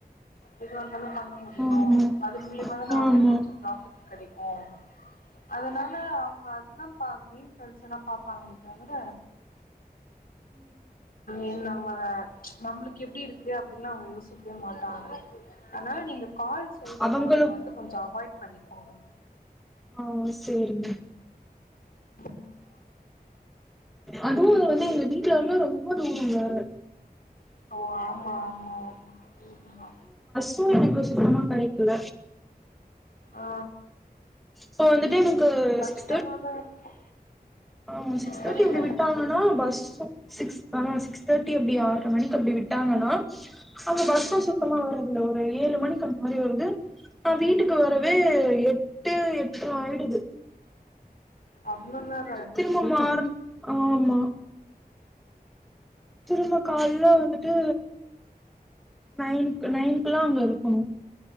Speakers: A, on the left; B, in the centre.
A: எது வந்தாலு பண்ண முடியு
B: ஆமா
A: அது மூலியமாதான அவுங்களுக்கு
B: ஆமா
A: கொஞ்ச ப்ராஃபிட் கெடைக்கு அதுனால அவுங்க அதுதா பாரு <unintelligible> இன்டென்ஷனா பாப்பாங்களே தவிர என் நம்மள நம்மளுக்கு எப்டி இருக்கு அப்டில்லா அவுங்க யோசிக்கவே மாட்டாங்க அதனால நீங்க கால் சைடு
B: அவங்களும்
A: போறது வந்து கொஞ்ச அவாய்ட் பண்ணிக்கோங்க
B: ஆ சரிங்க
A: ம்
B: அதுவு வந்து எங்க வீட்டுல இருந்து ரொம்ப தூர வேற
A: ஓ ஆமா ஆமா ஆமா அது ஒன்னு தா
B: அது எனக்கு சுத்தமா கெடைக்கல
A: ஆ
B: சோ வந்துட்டு எனக்கு
A: கஷ்டமாதா
B: சிக்ஸ் தேர்ட்டி
A: இருக்கு
B: ஆமா சிக்ஸ் தேட்டி
A: புரில
B: வந்து விட்டா ஆனா பஸ்ஸு சிக்ஸ் ஆ சிக்ஸ் தேர்ட்டி அப்டி ஆற்ர மணிக்கு அப்டி விட்டாங்கன்னா அங்க பஸ்ஸூ சுத்தமா வர்றதுல்ல ஒரு ஏழு மணிக்கு அந்த மாரி வருது ஆ வீட்டுக்கு வரவே
A: ம்
B: எட்டு எட்ர ஆயிடுது
A: அவ்ளோ நேர
B: திரும்ப மார்ன் ஆமா திரும்ப கால்ல வந்துட்டு நைன்க்கு நைன்குல்லா அங்க இருக்கனு